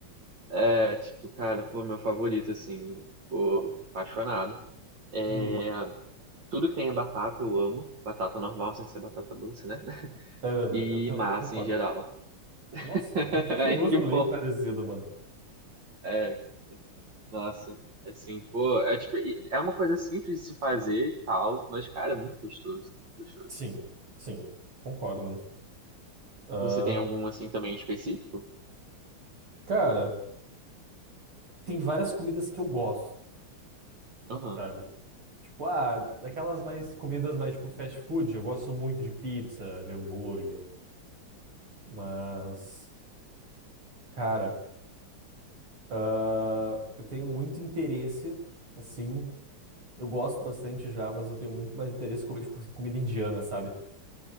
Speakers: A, on the right; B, on the right.
A: é, tipo, cara, pô, meu favorito assim, pô, apaixonado. É,
B: Uhum,
A: tudo que tem é batata eu amo, batata normal sem ser batata doce, né? <laughs>
B: é verdade,
A: E
B: eu, tam-
A: massa
B: eu concordo.
A: em geral.
B: Nossa,
A: <laughs>
B: <laughs> a gente tem
A: Ai,
B: um gosto
A: que bom.
B: bem parecido, mano.
A: É, Nossa, assim, pô, é tipo, é uma coisa simples de se fazer e tal, mas, cara, é muito gostoso, muito gostoso.
B: Sim, sim, concordo, mano. Ah,
A: Você tem algum, assim, também específico?
B: cara, tem várias comidas que eu gosto,
A: Aham.
B: sabe? Tipo, ah, daquelas mais comidas mais tipo fast food, eu gosto muito de pizza, de hambúrguer, mas, cara. Ah, eu tenho muito interesse, assim. Eu gosto bastante já, mas eu tenho muito mais interesse em comer, tipo, comida indiana, sabe?